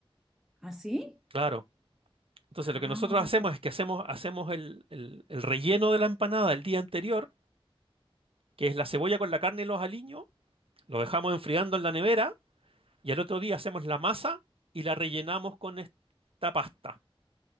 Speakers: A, in the centre; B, on the right.
A: ¿Ah, sí?
B: Claro. Entonces,
A: Ah,
B: lo que nosotros
A: ok.
B: hacemos es que hacemos, hacemos el, el- el relleno de la empanada el día anterior, que es la cebolla con la carne y los aliños. Lo dejamos enfriando en la nevera Y al otro día hacemos la masa y la rellenamos con esta pasta.